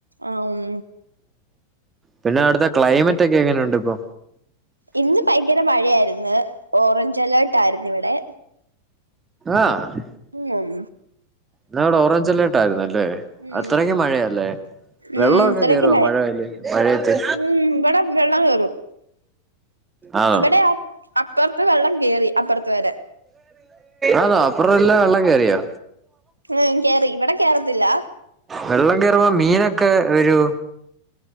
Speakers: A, on the right; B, on the right.
A: ആഹ് ഉം
B: പിന്നെ അവിട്ത്തെ ക്ലൈമറ്റൊക്കെ എങ്ങനുണ്ട്പ്പൊ
A: ഇന്ന് ഭയങ്കര മഴയായിര്ന്ന് ഓറഞ്ച് അലർട്ടായിര്ന്ന് വടെ
B: ആഹ്
A: ഉം
B: ന്നാവടെ ഓറഞ്ചലർട്ടായിരുന്നല്ലെ
A: ഉം
B: അത്രയ്ക്കും മഴയാല്ലെ വെള്ളക്കെ
A: ഉം ഇത്രക്ക്
B: കേറുവൊ മഴ മഴയത്ത്
A: ഉം ഇവിടെ വെള്ളം കേറും
B: ആന്നോ
A: ഇവിടെ അപ്പുറത്ത് വെള്ം കേറി അപ്പുറത്ത് വരെ
B: ആന്നോ <unintelligible> കേറിയൊ
A: ഉം കേറി ഇവിടെ കേറത്തില്ല
B: വെള്ളം കേറുമ്പൊ മീനൊ ക്കെ വരൂ